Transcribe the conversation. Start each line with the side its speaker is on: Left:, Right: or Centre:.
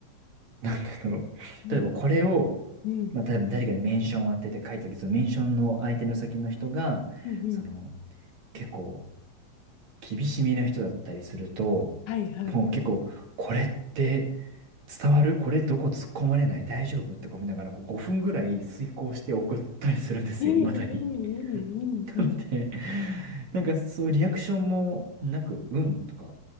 Right: なんて言うんだろう。<laughs>
Left: はい、
Right: 例えばこれを、
Left: うん、
Right: まあ、多分誰かにメンションを当てて書いたとき、そのメンションの相手の先の人が、
Left: うん、うん、
Right: その、結構、厳しめな人だったりすると、
Left: はい、はい。
Right: もう結構、これって伝わるこれどこ突っ込まれない大丈夫とか見ながら、こう5分ぐらい遂行して送ったりするんですよ、
Left: うん、
Right: 未だに。
Left: うん、うん、うん、うん。
Right: なので、なんかそういうリアクションもなく、うんとか、